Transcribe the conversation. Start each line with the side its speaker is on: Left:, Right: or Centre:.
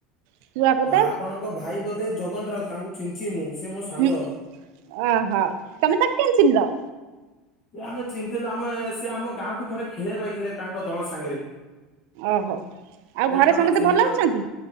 Right: ଶୁଆପଦା
Left: ଆପଣଙ୍କ ଭାଇ ବୋଧେ ଜଗନ ରାଉତ ତାଙ୍କୁ ଚିହ୍ନିଚି ମୁଁ ସେ ମୋ ସାଙ୍ଗ।
Right: ହୁଁ ଅଃ ତମେ ତାକୁ କେନ୍ତି ଚିହ୍ନିଲ।
Left: ସିଏ ଆମେ ଚୀନଥିଲୁ ଆମେ ସିଏ ଆମ ଗାଁକୁ ଥରେ ଖେଳିଆକୁ ଆସିଥିଲେ ତାଙ୍କ ଦଳ ସାଙ୍ଗେରେ।
Right: ଅହୋ ଆଉ ଘରେ
Left: ତାଙ୍କୁ
Right: ସମତେ
Left: ଚିହ୍ନିଲୁ
Right: ଭଲ ଅଛନ୍ତି।